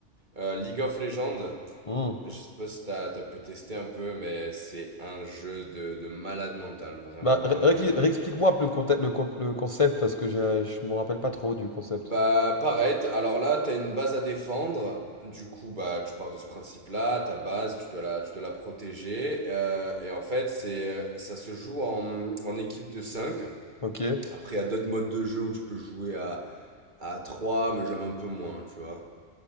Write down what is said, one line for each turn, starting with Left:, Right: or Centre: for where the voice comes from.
Right: Euh, League of Legends,
Left: Hmm.
Right: Je sais pas si t'as, t'as pu tester un peu, mais c'est un jeu de, de malade mental, vraiment.
Left: Bah, ré-
Right: euh,
Left: ré-
Right: moi.
Left: réexplique-moi un peu le, conte- le, con- le concept parce que je, je me rappelle pas trop du concept.
Right: Bah, pareil, t'as- alors là, t'as une base à défendre. Du coup, bah, tu pars de ce principe-là, ta base, tu dois la, tu dois la protéger. euh, et en fait, c'est, ça se joue en, en équipe de 5.
Left: Ok,
Right: Après, il y a d'autres modes de jeu où tu peux jouer à, à 3, mais j'aime un peu moins, tu vois.